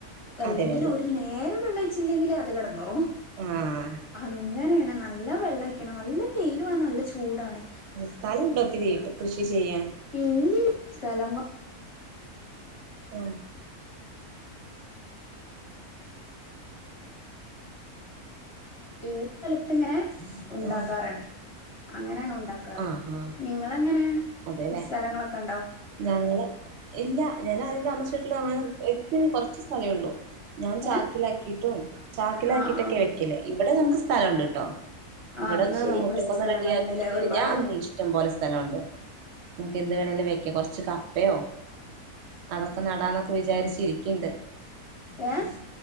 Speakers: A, on the left; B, on the right.
A: അല്ലെങ്കിൽ
B: അതെ വെള്ളം
A: നേരെ വെള്ളം ഒഴിച്ചില്ലെങ്കിൽ അത് കിടന്നോറും
B: ആഹ്
A: അങ്ങനെയാണ് നല്ല വെള്ളഴ നല്ല വെയിലു ആണ് നല്ല ചൂടാണ്
B: സ്ഥലമുണ്ടോ ഒത്തിരി കൃഷി ചെയ്യാൻ
A: ഇല്ല സ്ഥല
B: ആഹ്
A: ഉള്ള സ്ഥലത്ത് ഇങ്ങനെ ഉണ്ടാക്കാറാണ്
B: ആഹ്
A: അങ്ങനെയാണ് ഉണ്ടാക്ക റ്
B: ആഹ് ആഹ്
A: നിങ്ങളെങ്ങനെ
B: അതെല്ലേ
A: സ്ഥലങ്ങളൊക്കെ ഉണ്ടോ
B: ഞങ്ങള് ഇല്ല ഞാൻ ആദ്യം താമസിച്ചിട്ടുള്ള അങ്ങ് ഇത്തിരി കുറച്ച് സ്ഥലേ ഉള്ളൂ ഞാൻ ചാക്കിലാക്കിട്ടും
A: ഏ
B: ചാക്കിലാക്കിട്ടൊക്കെയാ
A: ആ ആ
B: വെക്കല് ഇവിടെ നമുക്ക് സ്ഥലമുണ്ട്ട്ടോ
A: ആ
B: ഇവിടെന്ന്
A: അത് ശരി ഇവിടെ
B: മുറ്റക്കൊന്ന്
A: സ്ഥലങ്ങളുണ്ടല്ലേ
B: റെഡി ആക്കി കഴിഞ്ഞാ
A: ഒരുപാട്
B: <unintelligible> ഇഷ്ടം പോലെ സ്ഥലമുണ്ട് നമുക്ക് എന്ത് വേണേലും വെക്ക കുറച്ച് കപ്പയോ അതൊക്കെ നടാന്നൊക്കെ വിചാരിച്ചിരിക്കിണ്ട്
A: ഏഹ്